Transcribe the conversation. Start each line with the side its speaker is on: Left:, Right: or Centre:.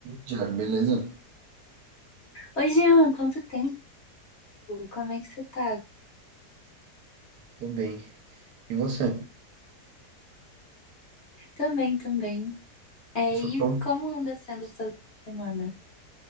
Right: Diário, beleza?
Left: Oi, Jean, quanto tempo? Como é que você tá?
Right: Tô bem. E você?
Left: Também, também. É,
Right: Eu sou
Left: e
Right: Tom.
Left: como anda sendo essa última semana?